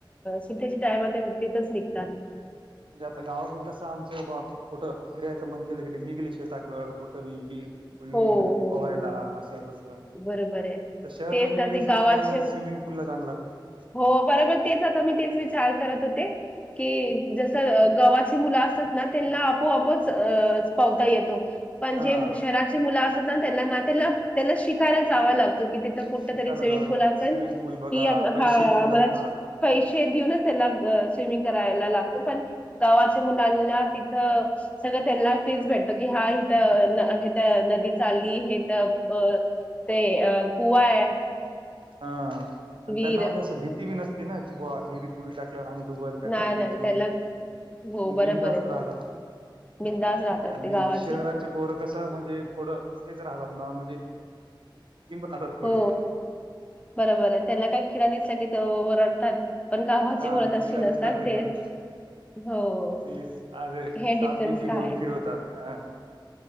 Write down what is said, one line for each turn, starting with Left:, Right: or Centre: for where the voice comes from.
Left: सुध्याच्या टायम ते मुतीतच निघतात
Right: म्हणजे आता गावाकडे कसं आमचं बा कुठं फिरायच मन केलं क निघले शेताकडठ र विरी
Left: हो,
Right: मध्ये
Left: हो,
Right: पोहायला
Left: हो.
Right: असं तस तर
Left: बरोबर आहे.
Right: शहर
Left: तेच
Right: मध्ये
Left: ना
Right: म्हणजे
Left: ते
Right: असं
Left: गावाचे
Right: पोहायला स्विमिंग पूल ला जाय लागते
Left: हो बरोबर तेच आता मी तेच विचार
Right: ह
Left: करत होते की जसं गवा्हाची मुलं असतात ना त्यांना आपोआपोच पावता येतो पंजे
Right: हा
Left: मु अस ना त्यां त्यांना शिकायला जाव लागत कि तिथं कुठ
Right: शिकायला
Left: तरी स्विमिंग
Right: जावं लागतं
Left: पूल असेल
Right: स्विमिंग पूल बघा
Left: कि हा
Right: पैसे देण
Left: आम्हाला
Right: लागतात.
Left: पैसे देऊनच त्याला स्विमिंग
Right: हम्म.
Left: करायला लागतं पण गावाच्या मुलांना सगळं त्यांना फीच भेटतो की हा इथं तर नदी चालली हे तर अ ते कुवा आहे
Right: हा आणि
Left: विहीर.
Right: त्यांना म्हणजे अस भीती बी नसते ना की बा एरी तुडी टाक आम्ही दडुबल का
Left: नाही,
Right: काही
Left: नाही
Right: असं म्हणजे
Left: त्याला हो बरोबर
Right: बिंदास्त
Left: आहे ते
Right: राहतात
Left: बिंदास राहतात
Right: आणि
Left: ते गावाची
Right: शहराचे पोर कसं म्हणजे थोडं हेच राहतात ना म्हणजे इम्रारत
Left: हो
Right: थोडे
Left: बरोबर आहे त्याला काही खिड दिसला की ते रडतात पण गावाची
Right: हा
Left: मुळत अशी
Right: किडा दिसला
Left: नसतात
Right: तरी
Left: ते
Right: ओढतात
Left: हो
Right: ते
Left: हे
Right: सापगी
Left: डिफरन्स
Right: बी घेऊन
Left: आहे
Right: फिरवतात